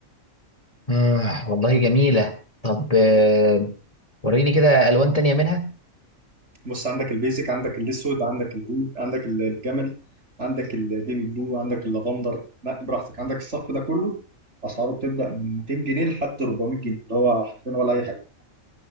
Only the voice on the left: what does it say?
آه والله جميلة طب آه، وريني كده ألوان تانية منها